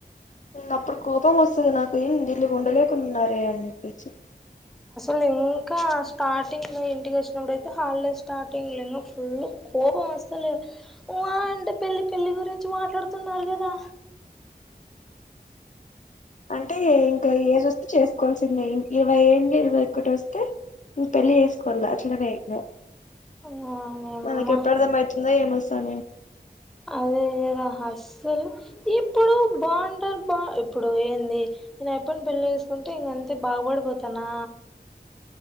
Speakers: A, on the left (about 50°); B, in the centre.
A: అప్పుడు కోపం వస్తుంది నాకు ఏం వీళ్ళు ఉండలేకున్నారే అనిప్పేచి
B: నిం ఇంకా స్టార్టింగ్లో ఇంటికి వచ్చినప్పుడైతే హాలిడే స్టార్టింగ్ ఇంకా ఫుల్ కోపం అసలు ఓ అంటే పెళ్లి పెళ్లి గురించి మాట్లాడుతున్నారు కదా
A: అంటే ఇంకా ఏజ్ ఒస్తే చేస్ కోవాల్సింది ఇరవై ఏండ్లు ఇరవై ఒకటి వస్తే ఇంక పెళ్లి చేేసుకోలే అట్లనే అయి
B: వాయమ్మ
A: మనకి ఎప్పుడర్థం అవుతుందో ఏమోసామి
B: అదేదే దా అస్సలు ఇప్పుడు బాగుంటారు బా ఇప్పుడు ఏంది నేను ఎప్ప పెళ్ల చేసుకుంటే ఇంకంతే బాగుపడిపోతానా